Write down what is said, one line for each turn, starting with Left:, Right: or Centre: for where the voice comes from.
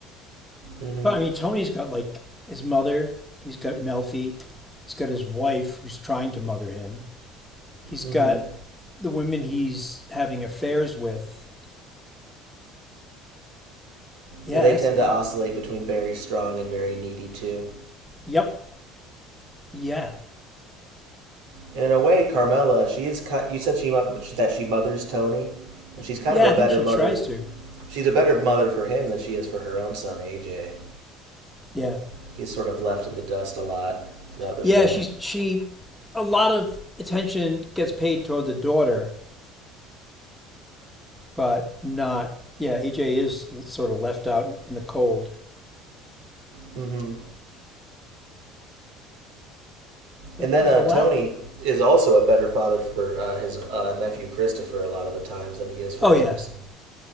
Right: Mm-hmm.
Centre: But I mean Tony's got like his mother, he's got Melfi, he's got his wife who's trying to mother him. He's got
Right: Mm-hmm.
Centre: the women he's having affairs with. Yes.
Right: Yeah, they tend
Centre: It,
Right: to oscillate between very strong and very needy too.
Centre: yep. Yeah.
Right: And in a way, Carmela, she is. You said she that she mothers Tony, and she's kind
Centre: Yeah,
Right: of a
Centre: I
Right: better
Centre: think she
Right: mother.
Centre: tries to.
Right: She's a better mother for him than she is for her own son AJ.
Centre: Yeah.
Right: He's sort of left in the dust a lot throughout the
Centre: Yeah,
Right: show.
Centre: she's she a lot of attention gets paid toward the daughter, but not yeah. EJ is sort of left out in the cold.
Right: hmm And
Centre: Like
Right: then uh,
Centre: the
Right: Tony
Centre: lot.
Right: is also a better father for uh, his uh, nephew Christopher a lot of the times than he is for
Centre: Oh
Right: his
Centre: yeah,
Right: own son.